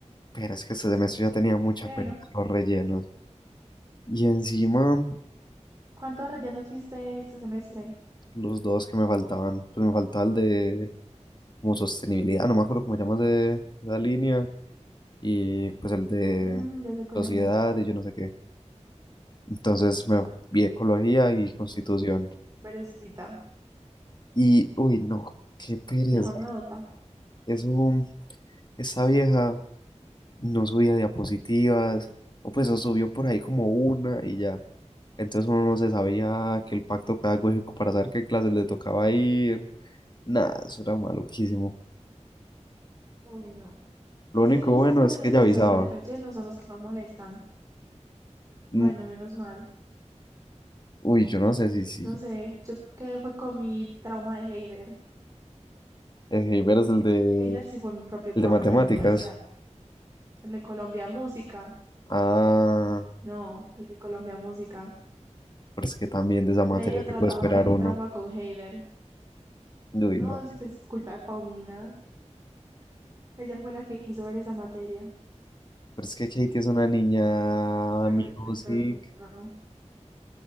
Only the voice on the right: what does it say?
Pero,
¿cuántos rellenos viste este semestre?
Mm, ya sé cuál
es.
Mm, Qué perecita.
Mejor nadota.
Uy, no.
Es
que justamente
los
profesores
de relleno son los que más molestan. Bueno,
menos mal.
No sé, yo quedé fue con mi trauma de Heider.
Heider sí fue mi propio trauma
en la universidad. El de Colombia Música.
No, el de Colombia Música.
Medio tratado
tiene
trauma con Heider.
No,
es pues, culpa de Paulina. Ella fue la que quiso ver esa materia.
Pero
no,